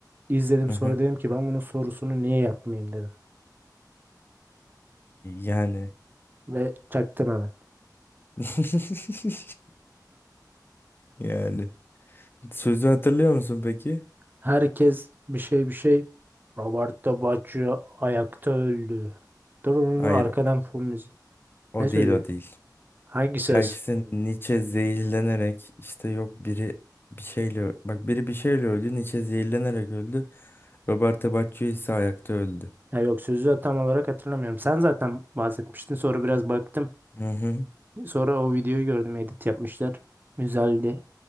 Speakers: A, on the right (about 25°); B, on the left (about 30°).
A: izledim
B: Hı
A: sonra
B: hı.
A: dedim ki ben bunun sorusunu niye yapmayayım dedim.
B: Yani.
A: Ve çaktım hemen.
B: <laughs> Yani. Sözü hatırlıyor musun peki?
A: Herkes bir şey bir şey. Roberto Baggio ayakta öldü. Dur dur,
B: Hayır,
A: arkadan fon müziği.
B: o
A: Ne sözü?
B: değil o değil.
A: Hangi söz?
B: Ya işte Nietzsche zehirlenerek işte yok biri bir şeyle bak biri bir şeyle öldü. Nietzsche zehirlenerek öldü. Roberto Bacci ise ayakta öldü.
A: Ya yok sözü tam olarak hatırlamıyorum. Sen zaten bahsetmiştin sonra biraz baktım.
B: Hı hı.
A: Sonra o videoyu gördüm edit yapmışlar. Güzeldi.